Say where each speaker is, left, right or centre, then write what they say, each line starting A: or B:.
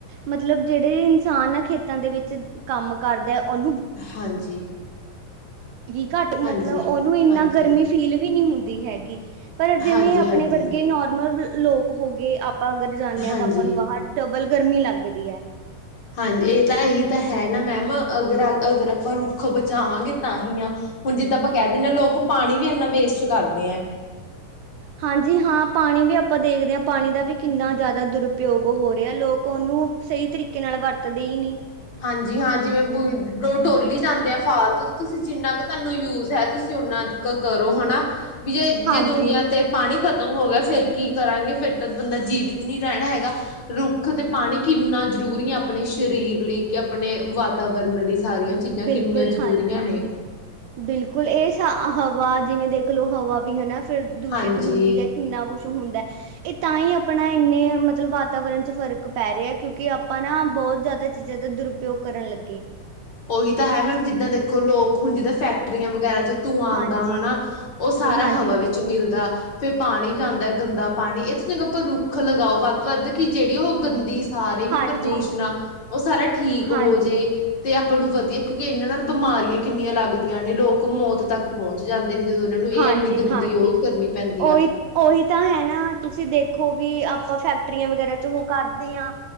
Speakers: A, on the right; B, on the left.
A: ਮਤਲਬ ਜਿਹੜੇ ਇਨਸਾਨ ਆ ਖੇਤਾਂ ਦੇ ਵਿੱਚ ਕੰਮ ਕਰਦੇ ਉਹਨੂੰ
B: ਹਾਂਜੀ
A: ਗੀ ਘੱਟ
B: ਹਾਂਜੀ
A: ਮਤਲਬ ਉਹਨੂੰ ਇੰਨਾ
B: ਹਾਂਜੀ
A: ਗਰਮੀ ਫੀਲ ਵੀ ਨਹੀਂ ਹੁੰਦੀ ਹੈਗੀ। ਪਰ ਜਿਵੇਂ
B: ਹਾਂਜੀ
A: ਆਪਣੇ
B: ਹਾਂਜੀ
A: ਵਰਗੇ ਨੋਰਮਲ ਲੋਕ ਹੋ ਗਏ ਆਪਾਂ ਅਗਰ ਜਾਂਦੇ ਹਾਂ
B: ਹਾਂਜੀ
A: ਤਾਂ ਆਪਾਂ ਨੂੰ ਬਾਹਰ ਡਬਲ ਗਰਮੀ ਲੱਗਦੀ ਹੈ।
B: ਹਾਂਜੀ ਇਹ ਤਾਂ ਇਹੀ ਤਾਂ ਹੈ ਨਾ ਮੈਮ ਅਗਰ ਅ ਅਗਰ ਆਪਾਂ ਰੁੱਖ ਬਚਾਵਾਂਗੇ ਤਾਂ ਹੀ ਆਹ ਹੁਣ ਜਿੱਦਾਂ ਆਪਾਂ ਕਹਿ ਦਿੰਦੇ ਹਾਂ ਲੋਕ ਪਾਣੀ ਵੀ ਇੰਨਾ ਵੇਸਟ ਕਰਦੇ ਹੈ।
A: ਹਾਂਜੀ ਹਾਂ ਪਾਣੀ ਵੀ ਆਪਾਂ ਦੇਖਦੇ ਹਾਂ ਪਾਣੀ ਦਾ ਵੀ ਕਿੰਨਾ ਜ਼ਿਆਦਾ ਦੁਰਪਯੋਗ ਹੋ ਰਿਹਾ ਲੋਕ ਉਹਨੂੰ ਸਹੀ ਤਰੀਕੇ ਨਾਲ ਵਰਤਦੇ ਹੀ ਨਹੀਂ।
B: ਹਾਂਜੀ ਹਾਂ ਜਿਵੇਂ ਬੋ ਡੋਲੀ ਜਾਂਦੇ ਆ ਫਾਲਤੂ ਤੇ ਤੁਸੀਂ ਜਿੰਨਾ ਕੁ ਤੁਹਾਨੂੰ ਯੂਜ ਹੈ ਤੁਸੀਂ ਓਨਾ ਕਰੋ ਹਨਾ ਵੀ ਜੇ
A: ਹਾਂਜੀ
B: -ਜੇ ਦੁਨੀਆਂ ਤੇ ਪਾਣੀ ਖਤਮ ਹੋ ਗਿਆ ਫਿਰ ਕੀ ਕਰਾਂਗੇ ਫਿਰ ਤਾਂ ਬੰਦਾ ਜੀਵਿਤ ਨਹੀਂ ਰਹਿਣਾ ਹੈਗਾ। ਰੁੱਖ ਤੇ ਪਾਣੀ ਕਿੰਨਾ ਜ਼ਰੂਰੀ ਹੈ ਆਪਣੇ ਸਰੀਰ ਲਈ ਕਿ ਆਪਣੇ ਵਾਤਾਵਰਨ ਲਈ ਸਾਰੀਆਂ ਚੀਜ਼ਾਂ ਕਿੰਨੀਆਂ
A: ਬਿਲਕੁਲ
B: ਜ਼ਰੂਰੀਆਂ
A: ਹਾਂਜੀ
B: ਨੇ।
A: ਹਾਂਜੀ ਬਿਲਕੁਲ ਇਹ ਸ ਹਵਾ ਜਿਵੇਂ ਦੇਖ ਲਓ ਹਵਾ ਵੀ ਹਨਾ ਫਿਰ ਦੂਸ਼ਿਤ
B: ਹਾਂਜੀ
A: ਹੁੰਦੀ ਹੈ। ਇੰਨਾ ਕੁੱਛ ਹੁੰਦਾ। ਇਹ ਤਾਂ ਹੀ ਆਪਣਾ ਇੰਨੇ ਮਤਲਬ ਵਾਤਾਵਰਨ 'ਚ ਫ਼ਰਕ ਪੈ ਰਿਹਾ ਹੈ ਕਿਉਂਕਿ ਆਪਾਂ ਨਾ ਬਹੁਤ ਜ਼ਿਆਦਾ ਚੀਜ਼ਾਂ ਦਾ ਦੁਰਪੋਗ ਕਰਨ ਲੱਗੇ।
B: ਉਹੀ ਤਾਂ ਹੈ ਮੈਮ ਜਿੱਦਾਂ ਦੇਖੋ ਲੋਕ ਹੁਣ ਜਿੱਦਾਂ ਫੈਕਟਰੀਆਂ ਵਗੈਰਾ 'ਚ ਧੂੰ ਆਉਂਦਾ
A: ਹਾਂਜੀ,
B: ਹਨਾ ਉਹ ਸਾਰਾ
A: ਬ- ਹਾਂਜੀ,
B: ਹਵਾ ਵਿੱਚ
A: ਹਾਂਜੀ,
B: ਮਿਲਦਾ। ਫਿਰ ਪਾਣੀ ਜਾਂਦਾ ਗੰਦਾ ਪਾਣੀ ਇਹ ਤਾਂ ਚੰਗਾ ਆਪਾਂ ਰੁੱਖ ਲਗਾਓ ਵੱਧ ਤੋਂ ਵੱਧ ਕਿ ਜਿਹੜੀ ਉਹ ਗੰਦੀ ਸਾਰੇ ਵੀ
A: ਹਾਂਜੀ,
B: ਪ੍ਰਦੂਸ਼ਣ ਆ ਉਹ ਸਾਰਾ ਠੀਕ
A: ਹਾਂਜੀ,
B: ਹੋ ਜੇ। ਤੇ ਆਪਾਂ ਨੂੰ ਵਧੀਆ ਕਿਉਂਕਿ ਇਹਨਾਂ ਨਾਲ ਬਿਮਾਰੀਆਂ ਕਿੰਨੀਆਂ ਲੱਗਦੀਆਂ ਨੇ ਲੋਕ ਮੌਤ ਤੱਕ ਪਹੁੰਚ ਜਾਂਦੇ। ਨੇ ਜਦੋਂ ਇਹਨਾਂ ਨੂੰ ਇਹ
A: ਹਾਂਜੀ,
B: ਐੰਨੀ ਗੰਦੀ
A: ਹਾਂਜੀ।
B: ਉਹ ਕਰਨੀ ਪੈਂਦੀ
A: ਉਹੀ
B: ਆ।
A: ਉਹੀ ਤਾਂ ਹੈ ਨਾ ਤੁਸੀਂ ਦੇਖੋ ਵੀ ਆਪਾਂ ਫੈਕਟਰੀਆਂ ਵਗੈਰਾ 'ਚ ਉਹ ਕਰਦੇ ਆਂ।